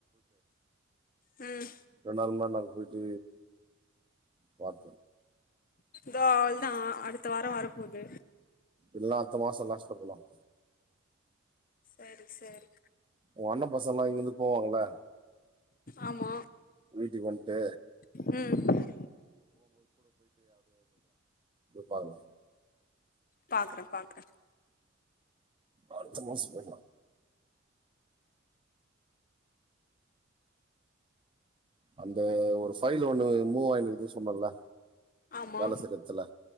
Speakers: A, on the left (about 45°); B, on the right (about 25°).
A: ம்
B: ரண்டால ம ந போயிட்ட வார
A: தோ அவள் தா அடுத்த வாரோ வரப் போது
B: எல்லா அடுத்த மாசோ லாஸ்ட் சொலாம்
A: செரி செரி
B: வண்ண பச எல்லா இங்க வந்து போவாங்கள
A: ஆமா
B: வீட்டுக்கு வந்ட்டு
A: ம்
B: பாக்கலா
A: பாக்கறோ பாக்ர
B: அடுத்த மாசத்துல அந்த ஒரு ஃபைல் ஒண்ணு மூவ் ஆயனுக்குன்னு சொன்னல
A: ஆமா
B: வேல செய்யறதுல